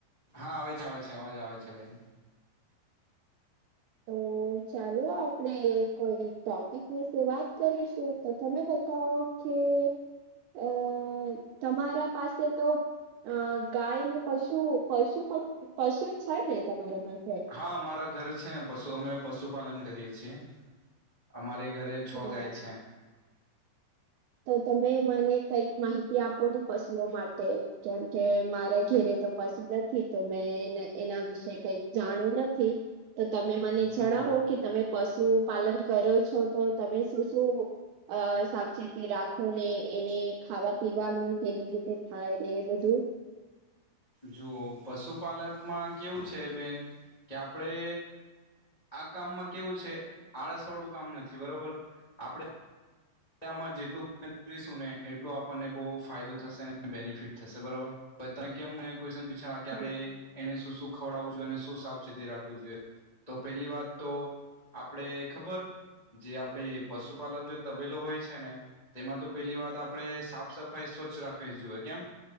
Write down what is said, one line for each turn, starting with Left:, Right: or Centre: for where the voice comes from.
Left: હા આવે છે આવે છે અવાજ આવે છે બેન.
Right: તો. તો ચાલો આપણેે કોઈ ટોપિક વિશે વાત કરીશું. તો તમે બતાવો? કે અ તમારા પાસે તો અ ગાય ને પશુ પશુ પશુ છે ને તમારા પાસે.
Left: હા અમારા ઘરે છે ને પશુ અમે પશુપાલન કરીએ છીએ અમારી ઘરે છો
Right: હા
Left: ગાય છે.
Right: તો તમે મને કઈક માહિતી આપો ને પશુઓ માટે કેમ કે મારા ઘેરે તો પશું નથી તો મેં એના એના વિશે કઈક જાણું નથી. તો તમે મને
Left: જુઓ
Right: જણાવો કે તમે પશુપાલન કરો છો તો તમે શું શું અ સાવચેત તી રાખો ને એને ખાવા પીવાનું કેવી રીતે થાય ને એ બધું
Left: જુઓ પશુપાલકમાં કેવું છે બેન કે આપણે આ કામમાં કેવું છે આળસવાળું કામ નથી બરોબર આપણે આમાં જેટલું <unintelligible> કરીશું ને એટલું આપણને બહુ ફાયદો થશે ને બેનિફિટ થશે બરોબર તમે કેમ ક્યુઇશન પૂછા કે
Right: હમ
Left: આપડે એને શું શું ખવડાવવું જોઈએ અને શું સાવચેતી રાખવી જોઈએ. તો પેલી વાત તો આપડે ખબર જે આપડે પશુપાલન <unintelligible> તબેલો હોય છે ને. તેમાં તો પેલી વાત આપણેે સાફ સફાઈ સ્વચ્છ રાખવી જોઈએ કેમ